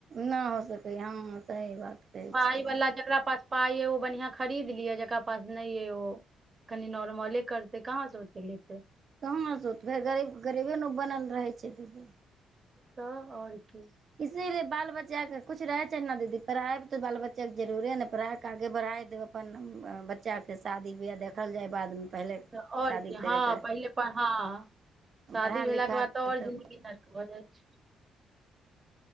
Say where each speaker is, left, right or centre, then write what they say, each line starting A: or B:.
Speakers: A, on the right; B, on the right.
A: न हो सकै हँ सही बात कहै
B: पाइ
A: छियै
B: वला जकरा पास पाय अइ ओ बढ़िया खरीद लिय जेकरा पास नै अइ ओ कनि नॉर्मले करते कहाँ से ओते लेत
A: कहाँ सोतबै गरीब गरीबे न बनल रहै छ के दिल्ली
B: तऽ आओर कि
A: इसीलिए बाल बच्चाके कुछ रहै छै न दीदी पढ़ाइ त बाल बच्चाके जरुरे ने पढ़ाक आगे बढ़ाय देब अपन बच्चाके शादी बियाह देखल जाय बादमे पहिले
B: त आओर
A: शादी
B: की
A: करयके
B: हँ पहिलेप हँ शादी
A: पढ़ा
B: भेलाके
A: लिखा
B: बाद
A: देब
B: त ओर जिन्दगी नर्क भ जाइ छै